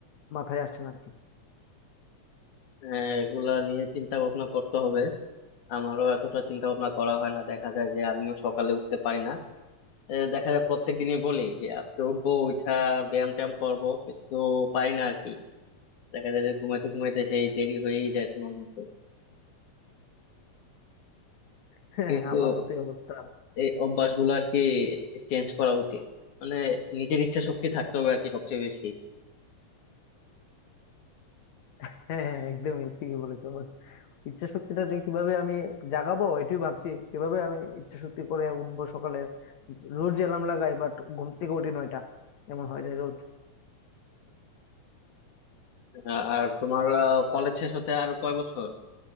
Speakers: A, on the left (about 70°); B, on the left (about 80°).
A: মাথায় আসছে না আর কি
B: আহ, এগুলা নিয়ে চিন্তা ভাবনা করতে হবে আমারও এতটা চিন্তা ভাবনা করা হয় না দেখা যায় যে আমিও সকালে উঠতে পারি না আহ, দেখা যায় প্রত্যেক দিনই বলি যে আজকে উঠবো উঠা ব্যায়াম ট্যায়াম করবো কিন্তু পারি না আর কি দেখা যায় যে ঘুমাইতে ঘুমাইতে সেই দেরি হয়েই যায় তোমার মতো
A: <laughs> হ্যাঁ
B: কিন্তু
A: আমার মতোই অবস্থা
B: এই অভ্যাসগুলো আর কি চেঞ্জ করা উচিত মানে নিজের ইচ্ছা শক্তি থাকতে হবে আর কি সবচেয়ে বেশি
A: হ্যাঁ হ্যাঁ একদমই ঠিকই বলেছো ইচ্ছা শক্তিটা যে কিভাবে আমি জাগাবো এটাই ভাবছি কিভাবে আমি ইচ্ছা শক্তি করে উঠবো সকালে রোজ অ্যালার্ম লাগাই বাট ঘুম থেকে উঠি নয়টা এমন হয়ে যায় রোজ
B: আহ, আর তোমার কলেজ শেষ হতে আর কয় বছর